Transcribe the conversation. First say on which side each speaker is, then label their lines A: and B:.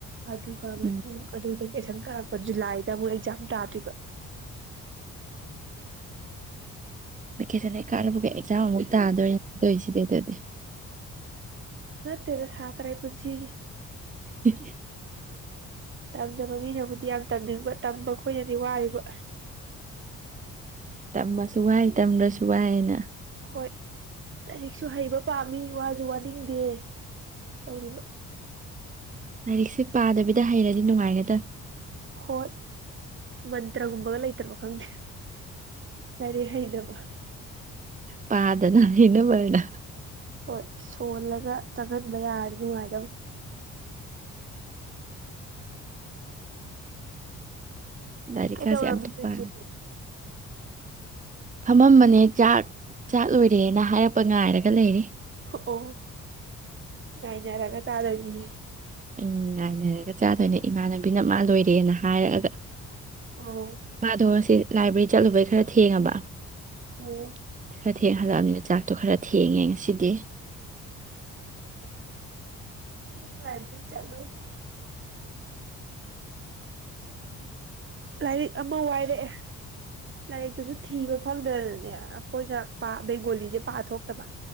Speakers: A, on the right; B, on the right.
A: ꯑꯗꯨꯒ ꯃꯇꯨꯡ
B: ꯎꯝ
A: ꯑꯗꯨꯕ ꯀꯦꯁꯟ ꯀꯔꯛꯄ ꯖꯨꯂꯥꯏꯗ ꯑꯃꯨꯛ ꯑꯦꯛꯖꯥꯝ ꯇꯥꯗꯕ
B: ꯚꯦꯀꯦꯁꯟ ꯀꯥꯔꯐꯒ ꯑꯦꯛꯖꯥꯝ ꯑꯃꯨꯛ ꯇꯥꯗꯣꯏꯗꯣꯏ ꯁꯤꯗꯤ ꯑꯗꯨꯗꯤ
A: ꯇꯗ ꯁꯥꯇꯔꯥꯏ ꯄꯨꯁꯤꯁꯦ
B: ꯍ <unintelligible>
A: ꯇꯝꯗꯕ ꯃꯤꯅꯕꯨꯗꯤ ꯌꯥꯝ ꯇꯝꯅꯤꯡꯕ ꯇꯝꯕ ꯑꯩꯈꯣꯏꯅꯗꯤ ꯋꯥꯔꯤꯕ
B: ꯇꯃꯁ ꯁꯨꯒꯥꯏ ꯇꯝꯗ ꯁꯨꯒꯥꯏꯅ ꯅ <unintelligible>
A: ꯍꯣꯏ ꯂꯥꯏꯔꯤꯛꯁꯨ ꯍꯩꯕ ꯄꯥꯝꯃꯤ ꯋꯥꯁꯨ ꯋꯥꯅꯤꯡꯗꯦ ꯇꯧꯔꯤꯕ
B: ꯂꯥꯏꯔꯤꯛꯁꯦ ꯄꯥꯗꯕꯤꯗ ꯍꯩꯔꯗꯤ ꯅꯨꯡꯉꯥꯏꯒꯗ꯭ꯔ
A: ꯍꯣꯏ ꯃꯟꯇ꯭ꯔꯒꯨꯝꯕꯒ ꯂꯩꯇ꯭ꯔꯕ ꯈꯪꯗꯦ ꯁꯔꯤ ꯍꯥꯏꯗꯕ
B: ꯄꯥꯗꯅ ꯏꯅ ꯃꯅ
A: ꯍꯣꯏ ꯁꯣꯜꯂꯒ ꯆꯪꯍꯟꯕ ꯌꯥꯔꯗꯤ ꯅꯨꯡꯉꯥꯏꯗꯕ
B: ꯂꯥꯏꯔꯤꯛꯀꯥꯁꯦ
A: ꯀꯩꯗꯧꯔꯕꯣꯆꯦ
B: ꯑꯝꯇ ꯄꯥꯔꯦ ꯐꯝꯃꯝꯕꯅꯦ ꯆꯥꯛ ꯆꯥꯛ ꯂꯣꯏꯔꯦꯅ ꯍꯥꯏꯔꯛꯄ ꯉꯥꯏꯔꯒ ꯂꯩꯔꯤ
A: ꯑꯣ ꯀꯥꯏꯅꯦꯔꯒ ꯆꯥꯗꯗꯤꯅꯦ
B: ꯎꯝ ꯉꯥꯏꯅꯔꯒ ꯆꯥꯗꯣꯏꯅꯦ ꯏꯃꯥꯟꯅꯕꯤꯅ ꯃꯥ ꯂꯣꯏꯔꯦꯅ ꯍꯥꯏꯔꯛꯑꯒ
A: ꯑꯣ
B: ꯃꯥꯗꯔꯁꯤ ꯂꯥꯏꯕ꯭ꯔꯦꯔꯤ ꯆꯠꯂꯨꯕꯩ ꯈꯔ ꯊꯦꯡꯉꯕ
A: ꯑꯣ
B: ꯈꯔ ꯊꯦꯡꯍꯜꯂꯛꯑꯕꯅꯤꯅ ꯆꯥꯛꯇꯣ ꯈꯔ ꯊꯦꯡꯉꯦ ꯉꯁꯤꯗꯤ
A: ꯍꯣꯏ ꯑꯩꯁꯨ ꯂꯥꯏꯕꯔꯤ ꯆꯠꯂꯨ ꯑꯁꯤꯗꯤ ꯂꯥꯏꯔꯤꯛ ꯑꯃ ꯋꯥꯏꯔꯛꯑꯦ ꯂꯥꯏꯔꯤꯛꯇꯨꯁꯨ ꯊꯤꯕ ꯐꯪꯗꯅꯅꯦ ꯑꯩꯈꯣꯏꯅ ꯕꯦꯡꯒꯣꯂꯤꯁꯦ ꯄꯥꯊꯣꯛꯇꯕ